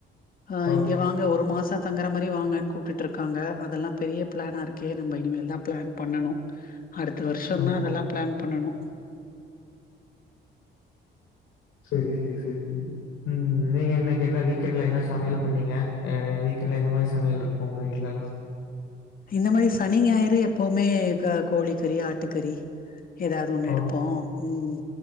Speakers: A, on the left; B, on the left.
A: ஆ
B: ஓகே.
A: இங்க வாங்க ஒரு மாசோ தங்குற மாரி வாங்கன்னு கூப்ட்டுட்டு இருக்காங்க அதெல்லா பெரிய பிளானா இருக்கே நம்ம இனிமேல்தா பிளான் பண்ணணு அடுத்த வருஷந்தா
B: ஓகே.
A: அதெல்லா பிளான் பண்ணனு
B: சேரி சேரி சேரி சேரி ம் நீங்க இன்னைக்கு என்ன வீக்கெண்ட்ல என்ன சமையல் பண்ணீங்க அ வீக்கெண்ட்ல எந்த மாரி சமையல்ருக்கு உங்க வீட்ல எல்லா
A: இந்த மாரி சனி ஞாயிறு எப்பவுமே கோழிக்கறி ஆட்டுக்கறி ஏதாவது ஒண்ணு
B: ஓ!
A: எடுப்போ ம்